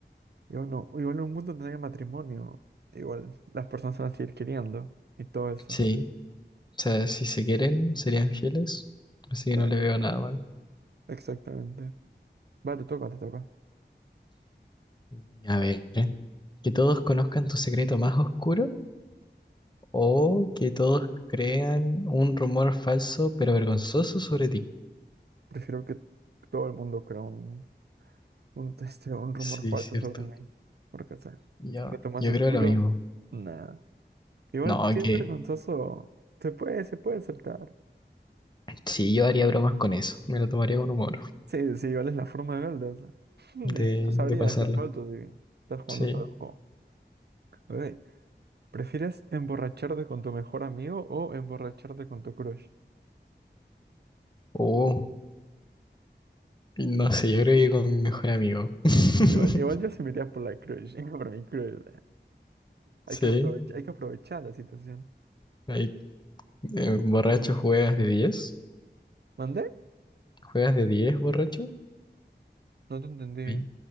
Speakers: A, on the right; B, on the left.
A: Y bueno, o igual en un mundo donde no haya matrimonio, igual las personas se van a seguir queriendo y todo eso.
B: Sí. O sea, si se quieren, serían fieles. Así que
A: Sí.
B: no le veo nada malo.
A: Exactamente. Va, te toca, te toca.
B: Mm, A ver, ¿eh? que todos conozcan tu secreto más oscuro o que todos crean un rumor falso pero vergonzoso sobre ti.
A: Prefiero que todo el mundo crea un un, este, un rumor
B: Sí,
A: falso
B: cierto.
A: sobre mí. Porque, o sea,
B: Yo,
A: secreto más
B: yo
A: oscuro,
B: creo lo mismo.
A: nada. Igual,
B: No,
A: si es
B: que
A: vergonzoso, se puede, se puede aceptar.
B: sí, yo haría bromas con eso. Me lo tomaría con humor
A: Sí, sí, igual es la forma de Golda, o sea. <laughs>
B: de,
A: Y tú sabrías
B: de pasarlo.
A: que es falso si estás jugando
B: Sí.
A: solo el juego. Ok, ¿Prefieres emborracharte con tu mejor amigo o emborracharte con tu crush?
B: Oh, no sé, yo creo que con mi mejor amigo. <laughs>
A: Igual, igual yo sí me iría por la crush, <laughs> por mi crush.
B: Sí.
A: Hay que aprovechar, hay que aprovechar la situación.
B: Ahí, eh, borracho juegas de diez
A: ¿Mandé?
B: ¿Juegas de 10 borracho?
A: No te entendí.
B: Sí.